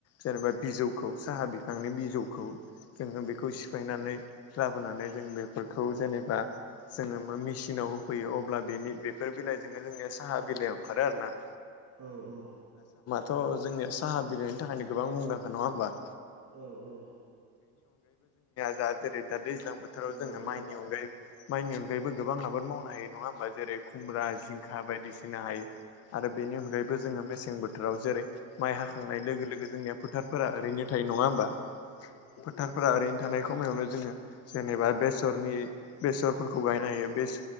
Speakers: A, on the left; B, on the right.
A: जेनेबा बिजौखौ साहा बि फांनि बिजौखौ जोङो बेखौ सिफायनानै लाबोनानै जों बेफोरखौ जेनेबा जोंङो मा मिसिनाव होफैयो अब्ला बेनि बेफोर बिलाइजोंनो जोंनिया साहा बिलाइयाव ओंखारो आरोना।
B: औ औ।
A: थ' जोंनिया साहा बिलाइनि थाखायनो गोबां मुंदांखा नंङा होमबा?
B: औ औ।
A: दा जेरै दा दैज्लां बोथोराव
B: नंगौ
A: जोङो माइनि अनगायै माइनि अनगायैबो गोबां आबाद मावनो हायो नंङा होमबा जेरै खुमब्रा जिंखा बायदिसिना हायो। आरो बेनि अनगायैबो जोङो मेसें बोथोराव जेरै माइ हाखांनाय लोगो लोगो जोंनिया फोथारफोरा ओरैनो थायो नंङा होमबा? फोथारफोरा ओरैनो थानाय खमायावनो जोङो जेनेबा बेसरनि बेसरफोरखौ गायनो हायो बे